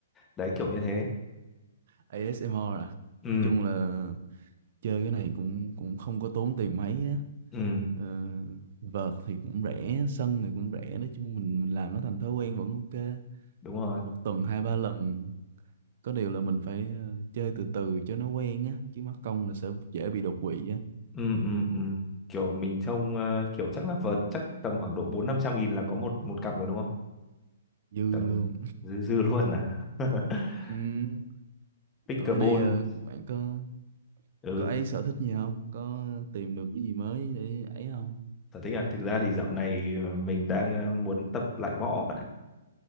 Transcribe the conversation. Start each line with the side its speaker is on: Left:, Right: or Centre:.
Left: Đấy kiểu như thế.
Right: ASMR à?
Left: Ừ,
Right: Nói chung là chơi cái này cũng cũng không có tốn tiền mấy á.
Left: ừ,
Right: Ờ, vợt thì cũng rẻ, sân thì cũng rẻ, nói chung mình mình làm nó thành thói quen vẫn ok.
Left: đúng rồi.
Right: Một tuần hai ba lần có điều là mình phải ờ, chơi từ từ cho nó quen á chứ mắc công là sẽ dễ bị đột quỵ á
Left: ừ ừ ừ kiểu mình trông ờ, kiểu chắc là vợt chắc tầm khoảng độ bốn năm trăm nghìn là có một một cặp rồi đúng không
Right: dư
Left: tầm
Right: luôn
Left: dư dư luôn à <laughs>
Right: Ừm,
Left: pickleball
Right: ở bên đây ờ, bạn có
Left: ừ
Right: có ấy sở thích gì không có tìm được cái gì mới để ấy không
Left: sở thích à thực ra thì dạo này ờ, mình đang ờ, muốn tập lại võ bạn ạ